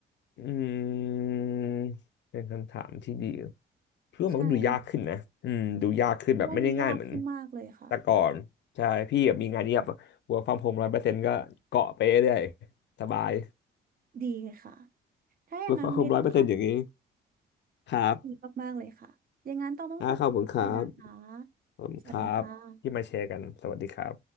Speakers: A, on the left; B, on the right.
A: อืมเป็นคำถามที่ดีเพื่อมันก็ดูยากขึ้นนะอืมดูยากขึ้นแบบไม่ได้ง่ายเหมือน
B: ใช่ค่ะวันนี้ยากขึ้นมากเลยค่ะ
A: แต่ก่อนใช่พี่แบบมีงานเงียบ work from home ร้อยเปอร์เซ็นต์ก็เกาะไปเรื่อยสบาย
B: ดีค่ะถ้าอย่างนั้นวันนี้ต้องขอบ
A: work from home ร้อยเปอร์เซ็นต์อย่างนี้ครับ
B: คุณมากๆเลยค่ะอย่างนั้นต้องต้องขอบคุณเลยนะคะ
A: อ่าขอบคุณครับขอบคุณครับที่มาแชร์กันสวัสดีครับ
B: สวัสดีค่ะ